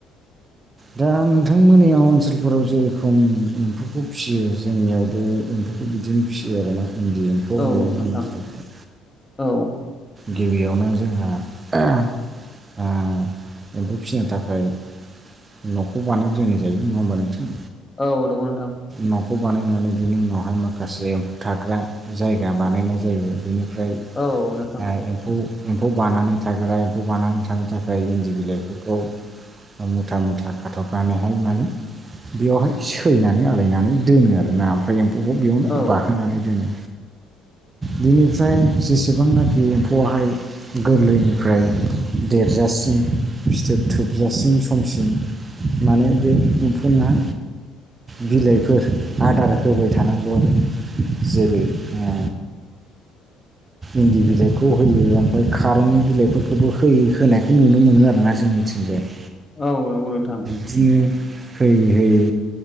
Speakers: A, on the right; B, on the left.
A: दा नोंथांमोननियाव ओनसोलफोराव जेरखम एम्फौखौ फिसियो जोंनियावबो एम्फौखौ बिदिनो फिसियो आरोना इन्दि एम्फौ
B: औ
A: होननानै
B: नोंथां
A: बुङो जायखौ।
B: औ
A: गिबियावनो जोंहा ओ आ एम्फौ फिसिनो थाखाय न'खौ बानाय ग्रोनाय जायो नङा होमबा नोंथां
B: औ नंगौ नोंथां
A: न'खौ बानायनानै बिनि उनावहाय माखासे एम्फौ थाग्रा जायगा बानायनाय जायो बिनिफ्राय
B: औ नों
A: आ एमफौ एम्फौ बानानै थाग्रा एम्फौ बानानै थानो थाखाय इन्दि बिलाइफोरखौ मुथा मुथा खाथबनानैहाय माने बेयावहाय सैनानै आलायनानै दोनो आरोना ओमफ्राय फाइ एम्फौखौ बेयावनो
B: औ
A: बाखोनानै दोनो बेनिफ्राय जेसेबांनाखि बे एम्फौआाहाय गोरलैनिफ्राय देरजासिम फिथोब थोबजासिम समसिम माने बेे उफुनाहा बिलाइफोर आदार होबाय थानांगौ जेरै आ इन्दि बिलाइखौ होयो ओमफ्राय खारौनि बिलाइफोरखौबो होयो होनायखौ नुनो मोनो आरोना जोंनि <inaudible>
B: औ नंगौ नोंथां
A: बिदिनो होयै होयै